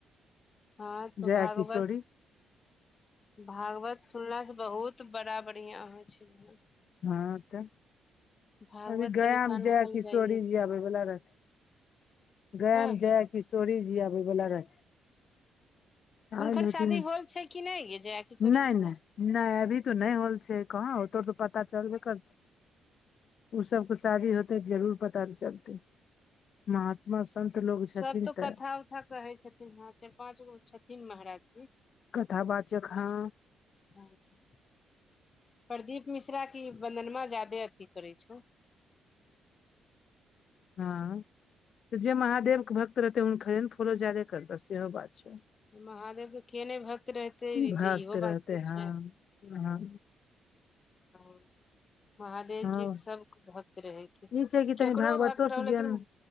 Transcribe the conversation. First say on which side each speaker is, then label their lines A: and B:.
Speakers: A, on the left; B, on the left.
A: हँ त
B: जया
A: भागवत
B: किशोरी
A: भागवत सुनलासँ बहुत बड़ा बढ़िआँ होइ छै
B: हँ तऽ
A: भागवत
B: अभी गया
A: तनि कान
B: मे जया
A: खाली
B: किशोरीजी
A: जाइये के छै
B: आबै बला रहथिन गयामे
A: हँ
B: जया किशोरी जी आबै बला रहथिन
A: हुनकर
B: आयल होथिन
A: शादी होल छै कि नहि य जया किशोरी
B: नहि
A: जीके
B: नहि नहि अभी तो नहि होल छै कहाँ हो तो तऽ पता चलबे करतौ
A: <inaudible>
B: ओ सबके शादी होते जरूर पता चलतै महात्मा सन्त लोग
A: सब
B: छथिन
A: तो
B: तऽ
A: कथा उथा कहै छथिन हँ चारि पाँच गो छथिन महाराज जी
B: कथा वाचक हँ
A: <unintelligible> प्रदीप मिश्रा के वन्दनमा ज्यादे अथी करै छौ
B: हँ जे महादेवके भक्त रहतै हुनकरे ने फोलो जादे करतौ सेहो बात छै
A: महादेवके के नहि भक्त रहते
B: भक्त
A: तऽ इहो
B: रहते
A: बात तऽ छै
B: हँ हँ
A: ह महादेव
B: हँ
A: जी के सबके भक्त रहै छै
B: ई कि तनि
A: केकरो
B: भागवतो
A: भक्त रहय
B: से ज्ञान
A: लेकिन